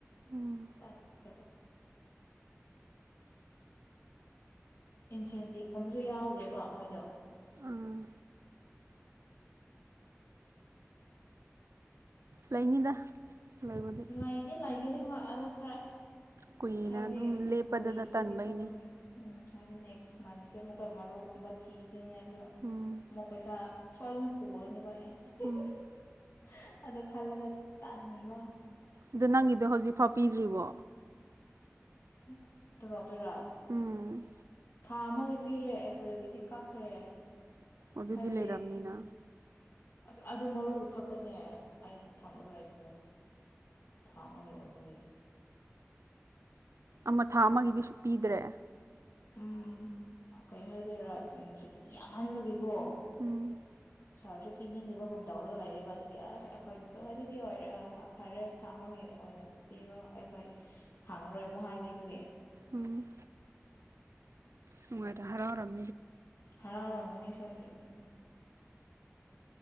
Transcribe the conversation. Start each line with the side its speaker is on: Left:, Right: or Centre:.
Right: ꯎꯝ
Left: ꯇ ꯍ ꯏꯟꯁꯦꯟꯇꯤꯞ ꯀꯨꯝꯕꯁꯨ ꯌꯥꯎꯗꯦꯕ ꯃꯣꯏꯗꯣ
Right: ꯑꯥ ꯂꯩꯅꯤꯗ ꯂꯩꯕꯨꯗꯤ
Left: ꯂꯩꯗꯤ ꯂꯩꯒꯅꯤ ꯍꯣꯏ ꯑꯗꯣ ꯈꯔ
Right: ꯀꯨꯏꯅ
Left: ꯍꯥꯏꯕꯗꯤ
Right: ꯑꯗꯨꯝ ꯂꯦꯞꯄꯗꯗ
Left: ꯀꯣꯏꯕꯒꯤꯒꯨꯝ
Right: ꯇꯟꯕꯩꯅꯤ
Left: ꯎꯝ ꯎꯝ ꯍꯥꯏꯗꯤ ꯅꯦꯛꯁ ꯃꯟꯁꯦ ꯑꯃꯨꯛꯀ ꯃꯔꯣꯛꯒꯨꯝꯕ ꯊꯤ ꯑꯗꯨꯅꯣ
Right: ꯎꯝ
Left: ꯃꯣꯏ ꯄꯩꯁꯥ ꯁꯋꯥꯗꯅ ꯄꯨ ꯄꯨꯋꯥꯣꯏꯅꯤ ꯄꯥꯏꯦ <unintelligible>
Right: ꯎꯝ
Left: ꯑꯗꯣ ꯈꯜꯂꯒ ꯇꯟꯕ
Right: ꯑꯗ ꯅꯪꯒꯤꯗꯤꯣ ꯍꯧꯖꯤꯛꯐꯥꯎ ꯄꯤꯗ꯭ꯔꯤꯕꯣ
Left: <unintelligible> ꯀ ꯇꯔꯥ
Right: ꯎꯝ
Left: ꯊꯥ ꯑꯃꯒꯤ ꯄꯤꯔꯦ ꯑꯦꯄ꯭ꯔꯤꯜꯒꯤꯗꯤ ꯀꯛꯈ꯭ꯔꯦ
Right: ꯑꯗꯨꯗꯤ
Left: ꯍꯥꯏꯕꯗꯤ
Right: ꯂꯩꯔꯕꯔꯕꯅꯤꯅ
Left: ꯑꯁ ꯑꯗꯨ ꯃꯔꯨꯞꯄꯤ ꯈꯛꯇꯅꯦ ꯑꯩ ꯊꯝꯂꯒ ꯂꯩꯕꯗꯣ ꯊꯥꯝꯃꯒꯦ ꯑꯣꯏꯕꯒꯤ
Right: ꯑꯃ ꯊꯥ ꯑꯃꯒꯤꯗꯤ ꯁꯨꯛ ꯄꯤꯗ꯭ꯔꯦ
Left: ꯎꯝ ꯀꯩ ꯍꯥꯏꯗꯣꯏꯔꯥ ꯁꯨꯇꯤ ꯌꯥꯝꯍꯟꯕꯒꯤꯀꯣ
Right: ꯎꯝ
Left: ꯁꯥꯔꯁꯨ ꯄꯤꯅꯤꯡꯂꯤꯕꯒꯨꯝ ꯇꯧꯔꯒ ꯂꯩꯔꯦꯕ ꯑꯗꯨꯒꯤ ꯑꯁ ꯑꯩꯈꯣꯏꯅꯁꯨ ꯍꯥꯏꯗꯤꯔ ꯐꯔꯦ ꯊꯥ ꯑꯃꯒꯤ ꯑꯣꯏꯅ ꯄꯤꯔꯣ ꯑꯩꯈꯣꯏ ꯍꯪꯉꯔꯣꯏ ꯑꯃꯨꯛ ꯍꯥꯏꯕꯤꯕꯒꯤ
Right: ꯎꯝ ꯅꯨꯡꯉꯥꯏꯔꯦ ꯍꯔꯥꯎꯔꯝ
Left: ꯍꯔꯥꯎ ꯔꯃꯣꯅꯤ ꯁꯣꯏ ꯂ ꯑꯗꯨ